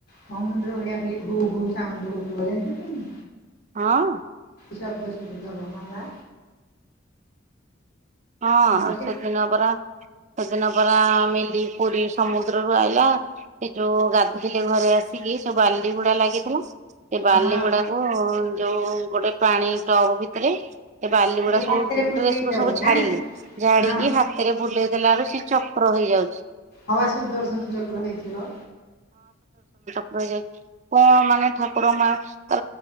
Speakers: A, on the left (about 50°); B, on the right (about 35°).
A: ସମୁଦ୍ର ଭଳିଆ ଖଲି ଘୁ ଘ ସାଙ୍ଗ ଭ ଜାଣିଛ ତୁମ
B: ହଁ
A: ଶବ୍ଦ ଶୁବୁଧବହ ବା
B: ହଁ,
A: ଗୋଟେ
B: ସେ ଦିନ ପରା ସେଦିନ ପରା ମିଲି ପୁରୀ ସମୁଦ୍ରରୁୁ ଆଇଲା, ସେ ଯୋଉ ଗାଧୋଇରେ ଘରେ ଆସି ସବୁ ବାଲି ଗୁଡା ଲାଗିଥିଲା ସେ ବାଲି
A: ହଁ
B: ଗୁଡାକୁ ଯୋଉ ଗୋଟେ ପାଣି ଟବ ଭିତରେ ଏ ବାଲି ଗୁଡା
A: ଯୋଉ
B: ସବୁ
A: ହାତରେ ବୁଲେଇଦବ
B: ଡ୍ରେସ ରୁ ସବୁ ଝାଡିଲେ,
A: ନା
B: ଝାଡିକି
A: ହଁ
B: ହାତରେ ବୁଲେଇ ଦେଲାରୁ ଚକ୍ର ହେଇଯାଉଛି।
A: ହବା ସୁଦର୍ଶନ ଚକ୍ର ହେଇଥିବ।
B: ରହିଯାଇଛି, କଣ ମାନେ ଠାକୁର ମା ଆ